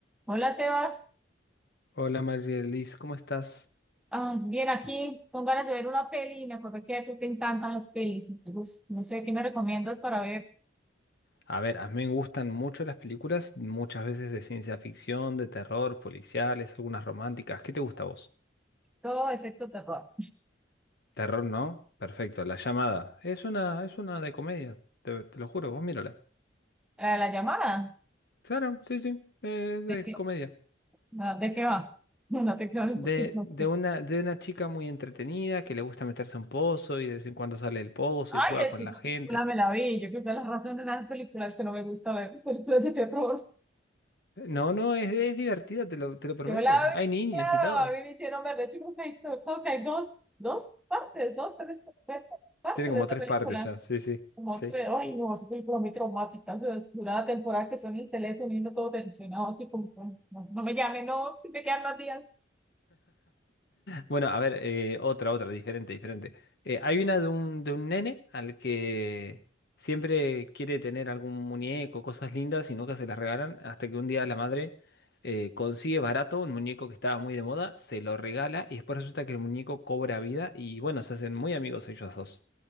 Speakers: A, in the centre; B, on the left (about 60°).
A: Hola Sebas,
B: Hola Marielis, ¿cómo estás?
A: Ah, bien aquí, son ganas de ver una peli y me acordé que a ti te encantan las pelis, entonces no sé qué me recomiendas para ver
B: A ver, a mí me gustan mucho las películas, muchas veces de ciencia ficción, de terror, policiales, algunas románticas. ¿Qué te gusta a vos?
A: todo excepto terror.
B: Terror, ¿no? Perfecto, La Llamada. Es una, es una de comedia, te, te lo juro, vos mírala.
A: Eh, la llamada,
B: Claro, sí, sí, eh, de
A: ¿de qué,
B: comedia.
A: ah, de qué va? <laughs> No te quedas un
B: De,
A: poquito.
B: de
A: que-
B: una, de una chica muy entretenida que le gusta meterse a un pozo y de vez en cuando sale del pozo
A: Ay,
B: y juega
A: es
B: con
A: que esa
B: la gente.
A: película me la vi, yo creo que es la razón de las películas que no me gusta ver, <laughs> películas de terror.
B: No, no, es, es divertida, te lo, te lo prometo.
A: Yo la
B: Hay
A: vi,
B: niños
A: claro,
B: y todo.
A: a mí me hicieron ver, de hecho creo que hay, creo que hay dos, dos partes, dos, tres, tres partes
B: Tiene como
A: de esa
B: tres
A: película.
B: partes ya, sí, sí.
A: Como
B: Sí.
A: tres, ay no, esa película muy traumática. o sea, Dura la temporada que suena el teléfono y uno todo tensionado, así como, como, no, no me llame, no, que me quedan dos días.
B: Bueno, a ver, eh, otra, otra, diferente, diferente. Eh, hay una de un, de un nene al que siempre quiere tener algún muñeco, cosas lindas y nunca se las regalan, hasta que un día la madre eh, consigue barato un muñeco que estaba muy de moda, se lo regala y después resulta que el muñeco cobra vida y bueno, se hacen muy amigos ellos dos.